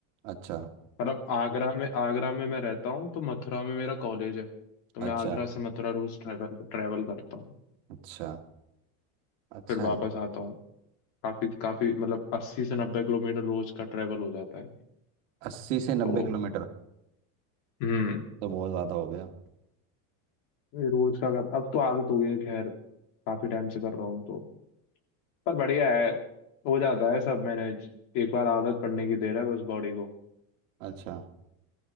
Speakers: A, on the right; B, on the left.
A: अच्छा
B: मतलब आगरा में आगरा में मैं रहता हूँ तो मथुरा में मेरा कॉलेज है तो मैं
A: अच्छा
B: आगरा से मथुरा रोज ट्रैवल ट्रैवल करता हूँ
A: अच्छा अच्छा
B: फिर वापस
A: है
B: आता हूँ काफी काफी मतलब अस्सी से नब्बे किलोमीटर रोज का ट्रैवल हो जाता है
A: अस्सी से नब्बे
B: तो
A: किलोमीटर
B: हम्म
A: तो बहुत ज़्यादा हो गया
B: ये रोज का अगर अब तो आदत हो गई है खैर काफी टाइम से कर रहा हूँ तो पर बढ़िया है हो जाता है सब मैनेज एक बार आदत पड़ने की देर है बस बॉडी को
A: अच्छा